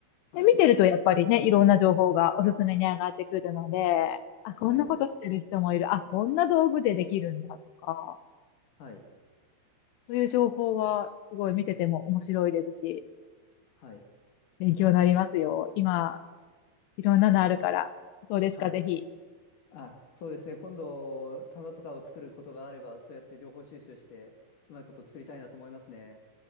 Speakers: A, on the left; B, on the left.
A: はい。
B: で、見てるとやっぱりね、いろんな情報がおすすめに上がってくるので、あ、
A: はい。
B: こんなことしてる人もいる。あ、こんな道具でできるんだとか、
A: はい。
B: そういう情報はすごい見てても面白いですし、
A: はい。
B: 勉強になりますよ。今、いろんなのあるから。どうですか、
A: はい。
B: ぜひ。
A: あ、そうですね。今度、棚とかを作ることがあれば、そうやって情報収集して、うまいこと作りたいなと思いますね。